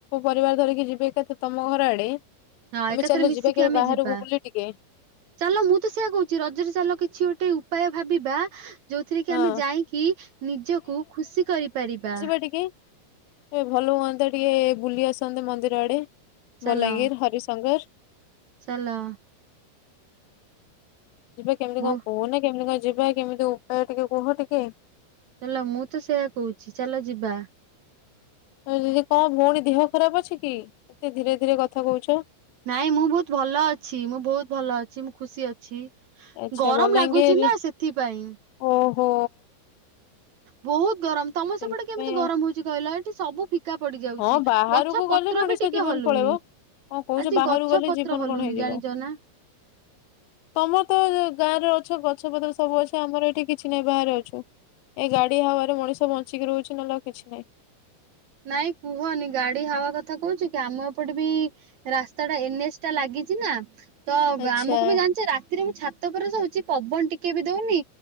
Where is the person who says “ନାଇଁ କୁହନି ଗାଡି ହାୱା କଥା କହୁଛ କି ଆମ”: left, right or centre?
Right